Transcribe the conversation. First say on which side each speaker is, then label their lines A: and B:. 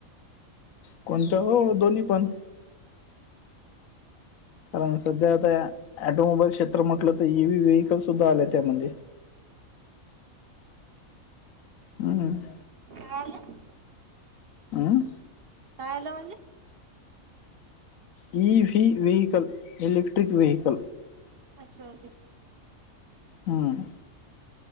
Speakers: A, on the left; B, on the right.
A: कोणतं हो दोन्ही पण. अं सध्या आता या ऑटोमोबाईल क्षेत्र म्हटलं, तर ईव्ही व्हेइकल सुद्धा आले त्यामध्ये. हम्म.
B: काय आलं?
A: अं.
B: काय आलं म्हणले?
A: EV vehicle electric vehicle.
B: अच्छा.
A: हं.